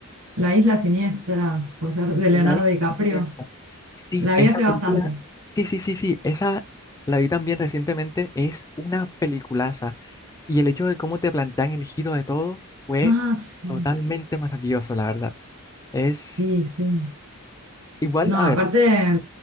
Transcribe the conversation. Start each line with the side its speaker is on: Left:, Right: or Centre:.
Right: la isla siniestra, puede ser, de
Left: Night
Right: Leonardo DiCaprio.
Left: Shyamalan. Sí,
Right: La
Left: esa
Right: vi hace
Left: película,
Right: bastante.
Left: sí, sí, sí, sí, esa la vi también recientemente, es una peliculaza. Y el hecho de cómo te plantean el giro de todo fue
Right: Ah, sí,
Left: totalmente maravilloso, la verdad. Es
Right: sí, sí.
Left: igual,
Right: No,
Left: a
Right: aparte,
Left: ver,
Right: eh,